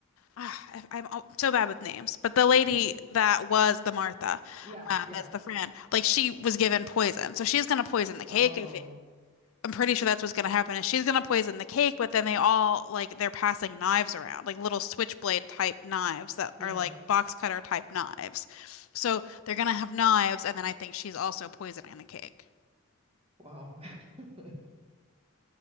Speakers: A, on the left (about 75°); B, on the right (about 25°).
A: ah, I- am so bad with names, but the lady
B: <clears throat>
A: that was the Martha,
B: Yeah,
A: um,
B: yeah.
A: that's the friend, like she was given poison, so she's gonna poison the cake
B: Oh,
A: if it I'm pretty sure that's what's gonna happen. And she's gonna poison the cake, but then they all like they're passing knives around, like little switchblade type knives that
B: yeah.
A: are like box cutter type knives. So they're gonna have knives, and then I think she's also poisoning the cake.
B: Wow. <laughs>